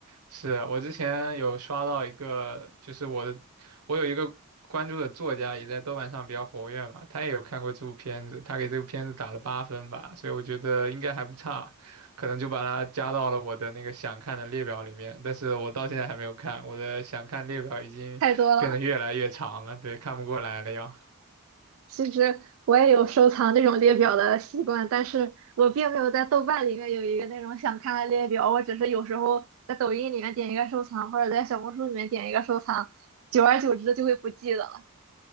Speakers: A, on the right (about 85°); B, on the right (about 60°).
A: 是我之前有刷到一个，就是我的，我有一个关注的作家也在豆瓣上比较活跃嘛，他也有看过这部片子，他给这部片子打了八分吧，所以我觉得应该还不差，可能就把它加到了我的那个想看的列表里面，但是我到现在还没有看，我的想看列表已经变得越来越长了，
B: 太多了。
A: 对，看不过来了要。
B: 其实我也有收藏这种列表的习惯，但是我并没有在豆瓣里面有一个那种想看的列表，我只是有时候在抖音里面点一个收藏，或者在小红书里面点一个收藏，久而久之就会不记得了。